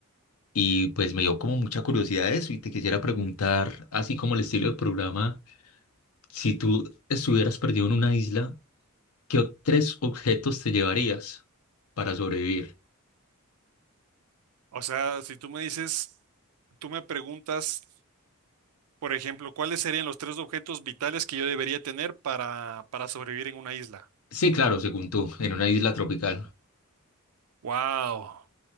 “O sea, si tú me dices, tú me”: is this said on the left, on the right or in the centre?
Right